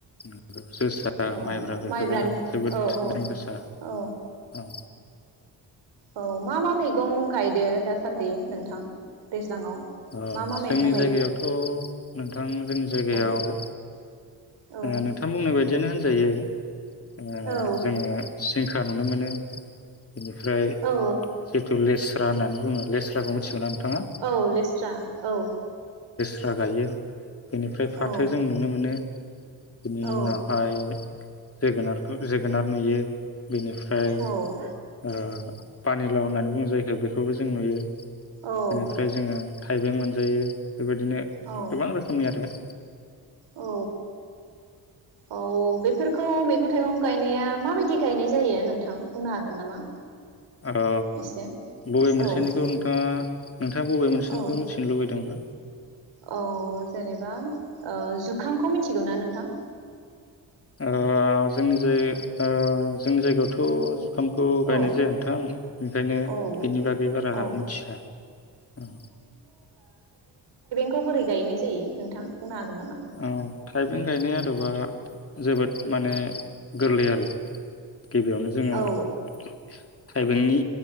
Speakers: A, on the left; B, on the right.
A: ओ जोसा
B: औ
A: माइब्रा बेफोरो
B: माइब्रानि
A: जोबोद
B: औ
A: <unintelligible>
B: औ
A: गोसा
B: औ
A: औ।
B: औ मा मा मैगं गायदो दासान्दि नोंथां? दैज्लाङाव
A: अ'
B: मा मा
A: जोंनि
B: मैगं गायो
A: जायगायावथ' नोंथां जोंनि जायगायाव
B: औ
A: ओ
B: औ
A: नोंथां बुंनाय बायदि दिनो होनजायो। ङो
B: औ
A: जोङो सिं खा नुनो मोनो। बेनिफ्राय
B: औ
A: जितु लेस राननानै बुङो लेस्राखौ मिथिगौना? नोंथाङा
B: औ लेस रा औ।
A: फ्रा गायो। बेनिफ्राय फाथो
B: औ
A: जों नुनो मोनो। बिनि
B: औ
A: उनावहाय जोगोनारखौ जोगोनार नुयो। बेनिफ्राय
B: औ
A: फानिलाव होननानै बुंङो जायखो बेखौबो जों नुयो।
B: औ
A: बेनिफ्राय जोङो थाइबें मोनजायो। बेबायदिनो
B: औ
A: गोबां रोखोमनि आरो ।
B: औ औ बेफोरखौ मैगं थाइगं गायनाया माबायदि गायनाय जायो नोंथां बुंनो हागोन नामा?
A: ओ
B: एसे
A: बबे मोनसेनिखौ
B: औ
A: नोंथाङा नोंथाङा बबे मोनसेनिखौ
B: औ
A: मिथिनो लुबैदोंबा?
B: औ जेनेबा ओ जुखामखौ मिथिगौ ना नोंथां?
A: ओ जोंनि ओ जोंनि जायगायावथ जुखामखौ गायनाय
B: औ
A: जाया नोंथां बेनिखायनो
B: औ
A: बिनि बागै बारा
B: औ
A: आं मिथिया औ
B: खौ बोरै गायनाय जायो नोंथां? बुंनो हागोन नामा?
A: ओ थाइबें गायनाय आदबा जोबोद माने गोरलै आरो गिबियावनो जोङो
B: औ
A: थाइबेंनि